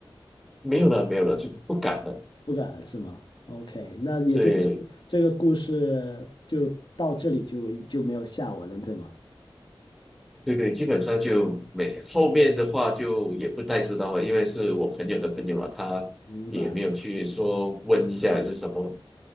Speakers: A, in the centre; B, on the left (about 55°).
A: 没有了没有了就不敢了，
B: 不敢了是吗？OK，那也就是这个故事就到这里就就没有下文了，
A: 对。
B: 对吗？
A: 对对，基本上就没，后面的话就也不太知道了，因为是我朋友的朋友嘛，他也没有去说问一下还是什么，
B: 明白。